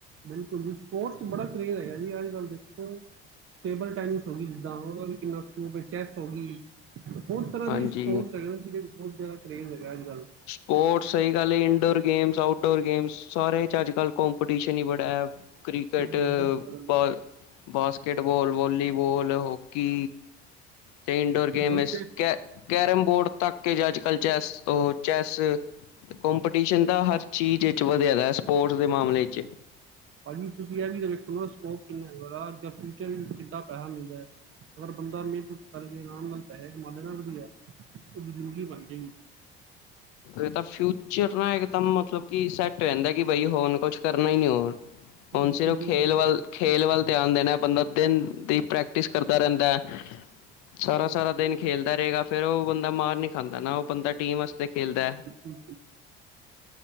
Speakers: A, on the right; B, on the left.
A: ਬਿਲਕੁਲ ਜੀ ਸਪੋਰਟਸ ਬੜਾ ਕਰੇਜ਼ ਹੈਗਾ ਜੀ ਅੱਜ ਕੱਲ੍ਹ ਦੇਖੋ ਟੇਬਲ ਟੈਨਿਸ ਹੋ ਗਈ ਹੈੀ ਦ ਉਹ ਕਿੰਨਾ ਸਕੋਪ ਹੈ ਚੈਸ ਹੋ ਗਈ ਬਹੁਤ ਤਰ੍ਹਾਂ
B: ਹਾਂਜੀ
A: ਦੀ ਸਪੋਰਟਸ ਹੈਗੇ ਨਾ ਜਿਹੜੇ ਬਹੁਤ ਜ਼ਿਆਦਾ ਕਰੇਜ਼ ਹੈਗਾ ਅੱਜੱਲ੍ਹ
B: ਸਪੋਰਟਸ ਸਹੀ ਗੱਲ ਇੰਡੋਰ ਗੇਮਸ ਆਊਟਡੋਰ ਗੇਮਸ ਸਾਰਿਆਂ ਚ ਅੱਜ ਕੱਲ ਕੋਂਪਟੀਸ਼ਨ ਹੀ ਬੜਾ ਹੈ ਕ੍ਰਿਕਟ
A: ਹਮ, ਬਹੁਤ ਜ਼ਿਆਦਾ
B: ਬ ਬਾਸਕਿਟਬੋਾਲ ਵਾਲੀਬਾਲ ਹੋਕੀ ਤੇ ਇਨਡੋਰ ਗੇਮ
A: ਉਹੀ ਤੇ
B: ਕ ਕੈਰਮ ਬੋਰਡ ਤੱਕ ਕੇ ਜੇ ਅੱਜ ਕੱਲ੍ਹ ਚੈਸ ਉਹ ਚੈੱਸ ਕੰਪੀਟੀਸ਼ਨ ਦਾ ਹਰ ਚੀਜ਼ ਵਿੱਚ ਵਧਿਆਦਾ ਹੈ ਸਪੋਰਟਸ ਦੇ ਮਾਮਲੇ ਵਿੱਚ
A: ਭਾਜੀ ਤੁਸੀਂ ਇਹ ਵੀ ਵੇਖੋ ਸਕੋਪ ਕਿੰਨਾ ਹੈ ਫਿਚਰ ਵੀ ਕਿੱਾਂ ਪੈਸਾ ਮਿਲਦਾ ਹੈ ਅਗਰ ਬੰਦਾ ਮਿਹਨਤ ਕਰਕੇ ਆਰਾਮ ਨਾਲ ਪੈਸੇ ਕਮਾ ਲ ਨਾ ਵਧੀਲਿਆ ਉਹ ਬਜ਼ੁਰਦਗੀ ਬਣ ਜਾਏਗੀ
B: ਇਹ ਤਾਂ ਫਿਊਚਰ ਨਾ ਇੱਕਦਮ ਮਤਲਬ ਕਿ ਸੈੱਟ ਰ ਜਾਂਦਾ, ਕਿ ਬਈ ਹੋਣ ਕੁਛ ਕਰਨਾ ਹੀ ਨਹੀਂ ਹੋਰ, ਹੁਣ
A: ਬਿਲਕੁਲ
B: ਸਿਰਫ
A: ਜੀ
B: ਖੇਲ
A: ਬਿਲਕੁਲ।
B: ਵਲ ਖੇਲ ਵੱਲ ਧਿਆਨ ਦੇਣਾ, ਬੰਦਾ ਦਿਨ ਦੀ ਪ੍ਰੈਕਟਿਸ ਕਰਦਾ ਰਹਿੰਦਾ ਹੈ, ਸਾਰਾ ਸਾਰਾ ਦਿਨ ਖੇਲਦਾ ਰਹੇਗਾ, ਫਿਰ ਉਹ ਬੰਦਾ ਮਾਰ ਨਹੀਂ ਖਾਂਦਾ ਨਾ, ਉਹ ਬੰਦਾ ਟੀਮ ਵਾਸਤੇ ਖੇਲਦਾ।
A: ਕੁ ਕੁ